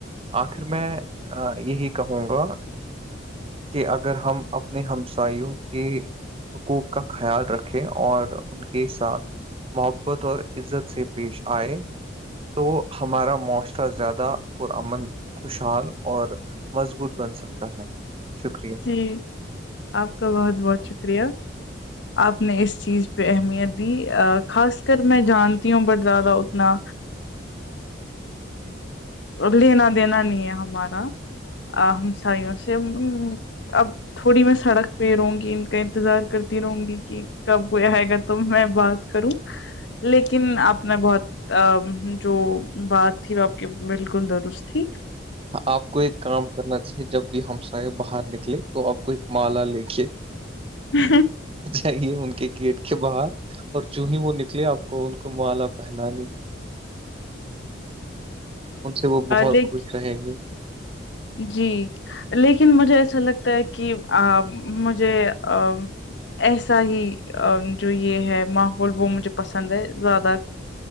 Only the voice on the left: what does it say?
ج آپ کا بہت بہت شکریہ آپ نے اس چیز پہ اہمیت دی خاص کر میں جانتی ہوں بٹ زیادہ اتنا ا لینا دینا نہیں ہے ہمارا ا ہم سائ ن سے اب تھوڑی میں سڑک پہ رہوں گی ان کا انتظار کرتی رہوں گی کہ کب کوئی آئے گا تو میں بات کروں لیکن آپ نے بہت ا جو بات تھی وہ آپ کی بالکل درست تھی
ہ
لیکن
جی لیکن مجھے ایسا لگتا ہے کہ مجھے ا ایسا ہی جو یہ ہے ماحول وہ مجھے پسند ہے زیادہ